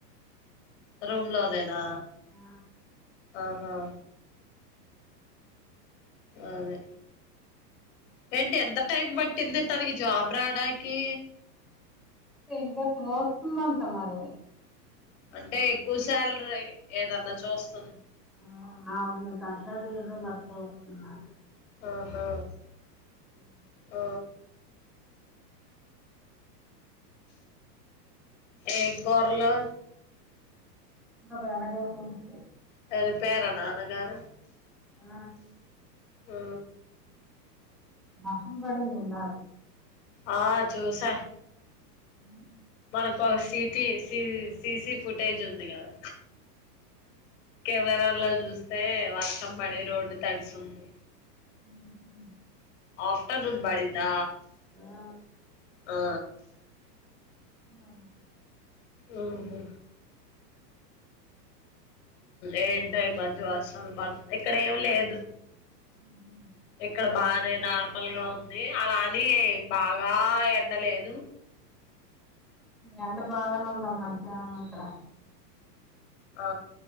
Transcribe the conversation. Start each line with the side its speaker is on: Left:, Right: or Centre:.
Left: రూమ్ లో నేనా
Centre: ఆ
Left: ఆహా అదే ఏంటి ఎంత టైం పట్టింది తనకి జాబ్ రావడానికి
Centre: ఇంకా చూస్తుందంట మరి
Left: అంటే ఎక్కువ శాలరీ ఏదన్నా చూస్త
Centre: ఆ అ అవును దగ్గరకే చూడు మరి
Left: ఆహా
Centre: అ
Left: ఆ ఏం కూరలు
Centre: బెండకాయ పులుసు
Left: వెళ్ళిపోయేరా నాన్న గారు
Centre: ఆ
Left: ఆ
Centre: వర్షం పడింది ఇందాక
Left: ఆ చూసాను
Centre: ఉ
Left: మనకు సిటి సిసి ఫుటేజ్ ఉంది కదా కెమెరా లో చూస్తే వర్షం పడి రోడ్డు తడుస్తుంది
Centre: ఉమ్
Left: ఆఫ్టర్నూన్ పడిందా
Centre: ఆ
Left: ఆ
Centre: ఆ
Left: ఉహు ఏంటై మంచి వర్షం పడ్, ఇక్కడ ఏం లేదు.
Centre: ఉహు
Left: ఇక్కడ బానే నార్మల్ గా ఉంది, అలాని బాగా ఎండలేదు
Centre: ఎండ బాగానే ఉందమ్మ మధ్యాహ్నం ఇక్కడ
Left: ఆ